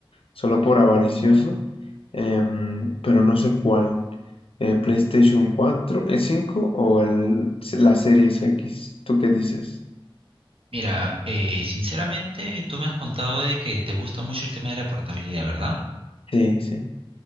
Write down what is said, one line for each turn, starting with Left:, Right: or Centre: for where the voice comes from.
Left: solo por avaricioso, em, pero no sé cuál. eh, PlayStation cuatro el 5 o el, la Series X, ¿tú qué dices?
Right: Mira, eh, sinceramente tú me has contado de que te gusta mucho el tema de la portabilidad, ¿verdad?
Left: Sí, sí.